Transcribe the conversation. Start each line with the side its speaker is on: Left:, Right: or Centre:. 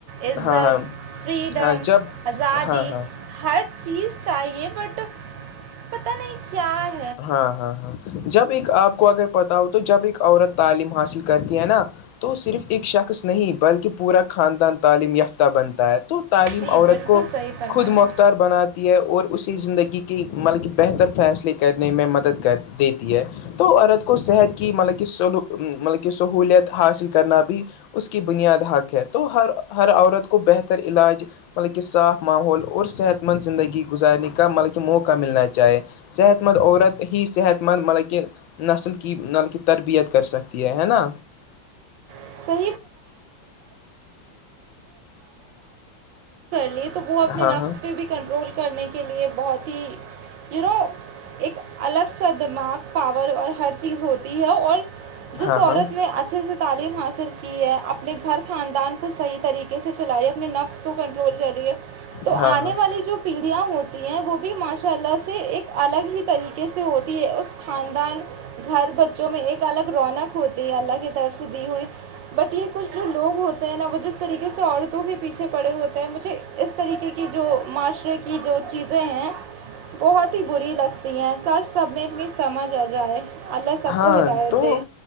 Right: عزت
Left: ہاں ہاں
Right: فریڈم
Left: ہاں جب
Right: آزادی
Left: ہاں ہاں
Right: ہر چیز چاہیے بٹ پت نہیں کیا ہے
Left: ہاں ہاں ہاں جب ایک آپ کو اگر پتا ہو تو جب ایک عورت تعلیم حاصل کرتی ہے نا تو صرف ایک شخص نہیں بلکہ پورا خاندان تعلیم یافتہ بنتا ہے تو تعلیم
Right: جی
Left: عورت
Right: بالکل
Left: کو
Right: صحیح فرمایا
Left: خود مخت ار بناتی ہے اور اسی زندگی کے ملب کہ بہتر فیصلے کرنے میں مدد کر دیتی ہے تو عورت کو صحت کی مطلب کہ مطلب کہ سہوولت حاصل کرنا بھی اس کی بنیاد حق ہے تو ہر ہر عورت کو بہتر علاج مطلب کہ صاف ماحول اور صحت مند زندگی گزارنے کا مطلب کہ موقع ملنا چاہے صحت صحت مند عورت ہی صحت مند مطلب کہ نسل کی مطلب کی تربیت کر سکتی ہے نا
Right: <unintelligible> کر لیے تو وہ اپنے
Left: ہاں
Right: نفس پہ بھی کنٹرول کرنے کے لیئے بہت ہی ی نو ایک الگ سا دماغ پاور اور ہر چیز ہوتی ہے اور جس
Left: ہاں
Right: عورت
Left: ہاں ہاں
Right: نے اچھے سے تعلیم کی ہے اپنے گھر خاندان کو صحیح طریقے سے چلے نفس کو کنٹرول کر لیا تو
Left: ہاں
Right: آنے
Left: ہاں
Right: والی جو پیڑھیاں ہوتی ہیں وہ بھی ماشاء اللہ سے ایک الگ ہی طریقے سے ہوتی ہے اس خاندان گھر بچوں میں ایک الگ رونق ہوتی ہے اللہ کی طرف سے دی ہوئی بٹ یہ کچھ جو لوگ ہوتے ہیں نا وہ جس طریقے سے عورتوں کے پیچھے پڑے ہوتے ہیں مجھے اس طریقے کی جو معاشرے کی جو چیزیں ہیں
Left: ہ
Right: بہت ہی بری لگتی ہیں کش سب میں اتنی سمجھ آ جائے اللہ سب
Left: ہاں
Right: کو ہدایت
Left: تو
Right: دے